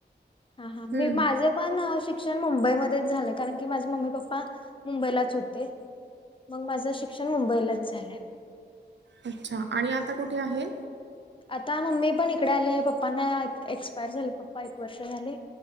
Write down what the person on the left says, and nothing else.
हा हा
मी माझे पण शिक शिक्षण मुंबईमध्येच झालंय कारण की माझे मम्मी पप्पा मुंबईलाच होते. मग माझं शिक्षण मुंबईलाच झालंय.
आता मम्मी पण इकडे आले, पप्पाना एक् -एक्सपायर झाले, पप्पा एक वर्ष झाले.